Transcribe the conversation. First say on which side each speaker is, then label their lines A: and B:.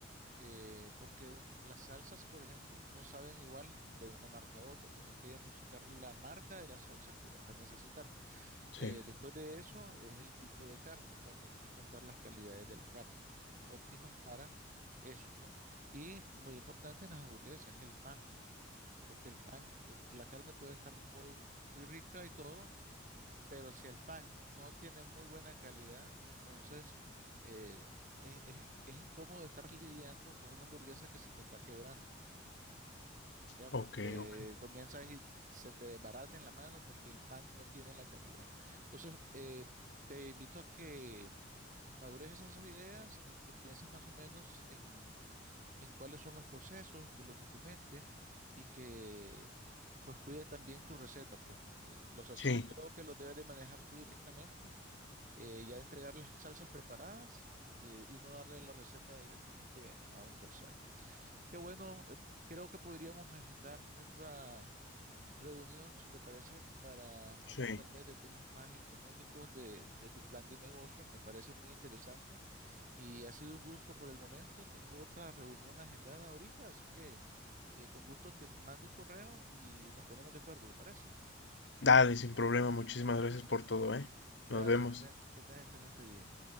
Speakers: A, on the right; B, on the left.
A: eh, porque un- las salsas, por ejemplo, no saben igual de una marca a otra. Tienes que identificar la marca de la salsa que vas a necesitar.
B: sí,
A: Eh, después de eso es el tipo de carne. Igual tienes que encontrar las calidades de la carne óptimas para eso, ¿no? Y muy importante en las hamburguesas es el pan, porque el pan, eh, la carne puede estar muy, muy rica y todo, pero si el pan no tiene muy buena calidad, entonces eh, es, es es incómodo estar lidiando con una hamburguesa que se te está quebrando. Ya,
B: ok,
A: porque
B: ok.
A: comienzas y se te desbarata en la mano porque el pan no tiene la calidad. Entonces, eh, te invito a que madures esas ideas y que pienses más o menos en, en cuáles son los procesos, que los documentes y que pues cuide también tu receta, pues. El- los sazones
B: Sí,
A: creo que los debes de manejar tú directamente, eh, ya entregar las salsas preparadas eh, y no darle la receta directamente a un tercero. Qué bueno, eh, creo que podríamos agendar otra reunión, si te parece, para hablar
B: sí.
A: tal vez de temas más económicos de, de tu plan de negocio. Me parece muy interesante y ha sido un gusto por el momento. Tengo otra reunión agendada ahorita, así que eh, con gusto te mando un correo y nos ponemos de acuerdo, ¿te parece?
B: Dale, sin problema. Muchísimas gracias por todo, ¿eh?
A: Gracias,
B: Nos vemos.
A: que, te- que tengas excelente día.